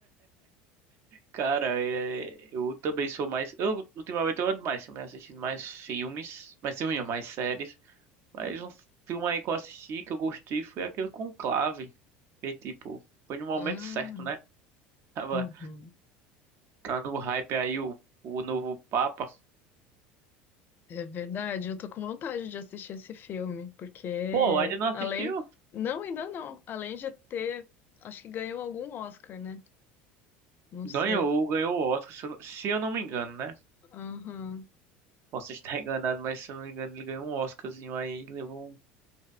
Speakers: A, on the right; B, on the left.
A: cara, é, eu também sou mais. Eu ultimamente eu ando mais, também assistindo mais filmes, mais filme, não, mais séries. Mas um filme aí que eu assisti que eu gostei foi aquele Conclave. Que tipo, foi no momento
B: Ah,
A: certo, né? Tava,
B: uhum.
A: tá no hype aí o, o novo Papa.
B: É verdade, eu tô com vontade de assistir esse filme, porque
A: Pô, ainda não assistiu?
B: além. Não, ainda não. Além de ter. Acho que ganhou algum Oscar, né? Não
A: Ganhou,
B: sei.
A: ganhou o Oscar, se eu, não- se eu não me engano, né?
B: Aham.
A: Posso estar <laughs> enganado, mas se eu não me engano, ele ganhou um Oscarzinho aí, levou, um-